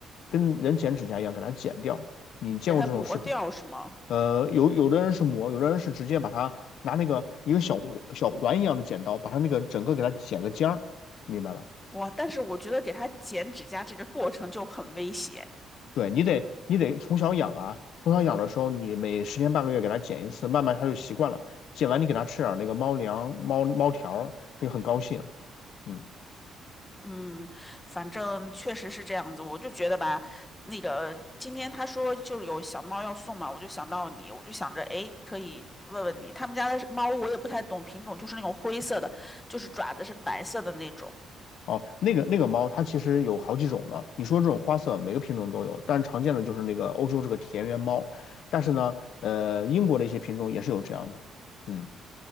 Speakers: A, on the left; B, on the left.
A: 跟人剪指甲一样给它剪掉。你见过这种视频？
B: 给它磨掉是吗？
A: 呃，有有的人是磨，有的人是直接把它拿那个一个小小环一样的剪刀，把它那个整个给它剪个尖儿，明白吧？
B: 哇，但是我觉得给它剪指甲这个过程就很危险，
A: 对你得你得从小养啊，从小养的时候，你每十天半个月给它剪一次，慢慢它就习惯了。剪完你给它吃点儿那个猫粮、猫猫条儿它就很高兴。嗯，
B: 嗯，反正确实是这样子，我就觉得吧，那个今天他说就是有小猫要送嘛，我就想到你，我就想着，哎，可以问问你，他们家的猫我也不太懂品种，就是那种灰色的，就是爪子是白色的那种。
A: 哦，那个那个猫它其实有好几种的，你说这种花色每个品种都有，但常见的就是那个欧洲这个田园猫。但是呢，呃，英国的一些品种也是有这样的。嗯，